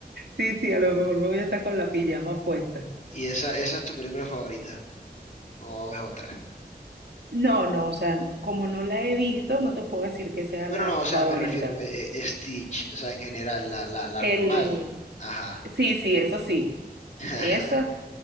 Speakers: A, on the right (about 85°); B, on the left (about 45°).
A: Sí, sí, a lo mejor me voy a estar con la pijama puesta.
B: ¿Y esa, esa es tu película favorita? ¿O es otra?
A: No, no, o sea, como no la he visto, no te puedo decir que sea
B: No,
A: la
B: no, no, o sea,
A: favorita.
B: me refiero a Stitch, o sea, en general, la, la, la
A: El,
B: normal. Ajá.
A: sí, sí, eso sí.
B: <laughs>
A: Esa,